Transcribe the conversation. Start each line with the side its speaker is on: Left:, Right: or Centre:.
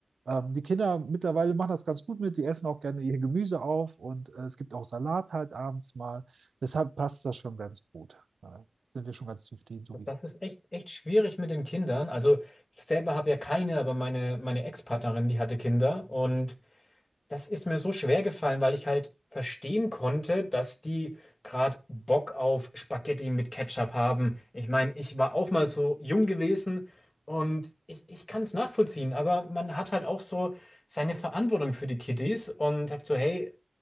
Right: ähm, die Kinder mittlerweile machen das ganz gut mit, die essen auch gerne ihr Gemüse auf und äh, es gibt auch Salat halt abends mal. Deshalb passt das schon ganz gut. Da sind wir schon ganz zufrieden, so wie es
Left: Das
Right: ist.
Left: ist echt, echt schwierig mit den Kindern. Also ich selber habe ja keine, aber meine, meine Ex-Partnerin, die hatte Kinder. Und das ist mir so schwer gefallen, weil ich halt verstehen konnte, dass die gerade Bock auf Spaghetti mit Ketchup haben. Ich meine, ich war auch mal so jung gewesen und ich, ich kann es nachvollziehen, aber man hat halt auch so seine Verantwortung für die Kiddies und sagt so, hey,